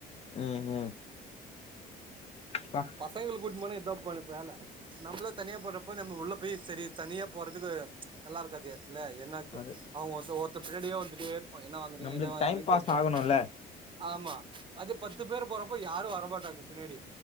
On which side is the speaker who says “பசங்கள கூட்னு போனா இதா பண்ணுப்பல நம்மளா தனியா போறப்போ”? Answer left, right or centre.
Right